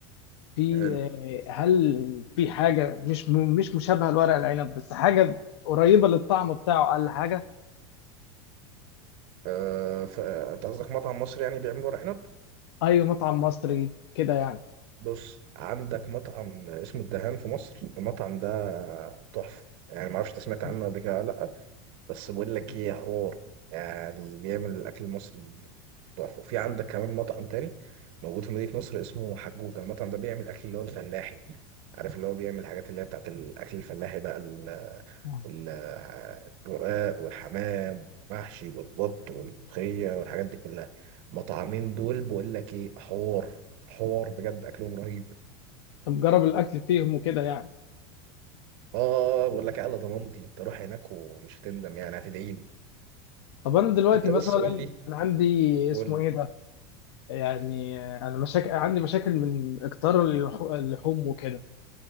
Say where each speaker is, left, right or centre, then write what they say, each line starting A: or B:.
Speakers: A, on the left; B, on the right.
A: في
B: حلو
A: آه، هل في حاجه مش م- مش مشابهه لورق العنب بس حاجه قريبه للطعم بتاعه اقل حاجه
B: أه ف- انت قصدك مطعم مصري يعني بيعمل ورق عنب
A: اي مطعم مصري كده يعني
B: بص عندك مطعم اسمه الدهان في مصر المطعم ده تحفه يعني ما اعرفش انت سمعت
A: مم.
B: عنه قبل كده ولا لا بس بقول لك
A: مم.
B: ايه حوار يعني بيعمل الاكل المصري تحفه وفي عندك كمان مطعم تاني موجود في مدينه نصر اسمه حجوجه المطعم ده بيعمل اكل اللي هو الفلاحي عارف اللي هو بيعمل الحاجات اللي هي بتاعت الاكل الفلاحي بقى ال-
A: آه.
B: ال- الرقاق والحمام محشي والبط والملوخيه والحاجات دي كلها مطعمين دول بقول لك ايه حوار حوار بجد اكلهم رهيب
A: طب جرب الاكل فيهم وكده يعني
B: اه بقول لك إيه، على ضمانتي انت روح هناك ومش هتندم يعني هتدعي لي
A: طب انا دلوقتي
B: انت
A: مثلا
B: بس قول لي
A: انا عندي اسمه
B: قول
A: ايه ده يعني انا مشاكل عندي مشاكل من اكتار اللحو- اللحوم وكده